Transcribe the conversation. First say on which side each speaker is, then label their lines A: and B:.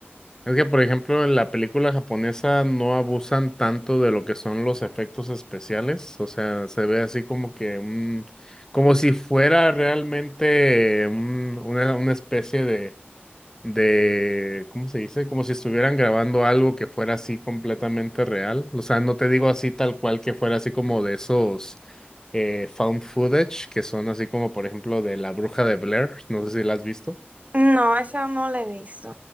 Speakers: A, on the left (about 15°); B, on the right (about 35°).
A: Es que, por ejemplo, en la película japonesa no abusan tanto de lo que son los efectos especiales, o sea, se ve así como que un, como si fuera realmente un- una, una especie de de, ¿cómo se dice? Como si estuvieran grabando algo que fuera así completamente real. O sea, no te digo así tal cual que fuera así como de esos eh, found footage, que son así como por ejemplo de La Bruja de Blair, no sé si la has visto.
B: No, esa no la he visto.